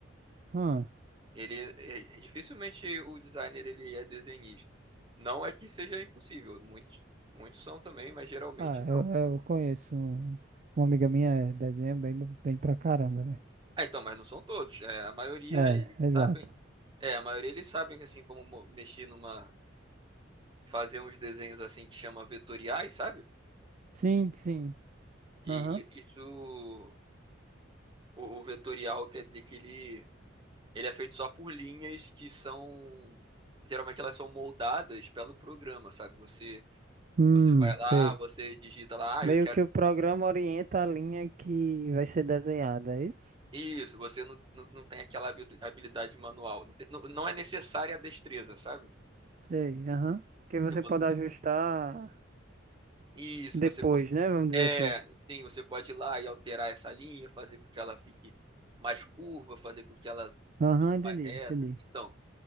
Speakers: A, on the right; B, on the right.
A: Hum.
B: Ele é- é, dificilmente o designer ele é desenhista. Não é que seja impossível, muitos muitos são também, mas geralmente
A: Ah,
B: não.
A: eu, eu conheço um- uma amiga minha, é, desenha bem, bem pra caramba, velho.
B: Ah, então, mas não são todos. É, a maioria
A: É,
B: eles
A: exato.
B: sabem, é, a maioria eles sabem assim como mo- mexer numa, fazer uns desenhos assim que chama vetoriais, sabe?
A: Sim, sim.
B: E,
A: Aham.
B: e isso, o, o vetorial quer dizer que ele, ele é feito só por linhas que são, geralmente elas são moldadas pelo programa, sabe? Você,
A: Hum,
B: você vai lá,
A: sei.
B: você digita lá, ah,
A: Meio
B: eu quero
A: que o programa orienta a linha que vai ser desenhada, é isso?
B: isso. Você não, não, não tem aquela habi- habilidade manual, não, tem- não, não é necessária a destreza, sabe?
A: Sei, aham. Porque você
B: Se vo-
A: pode ajustar
B: Isso,
A: depois,
B: você
A: né? Vamos dizer
B: É,
A: assim.
B: sim, você pode ir lá e alterar essa linha, fazer com que ela fique mais curva, fazer com que ela
A: Aham,
B: fique
A: entendi,
B: mais reta.
A: entendi.
B: Então,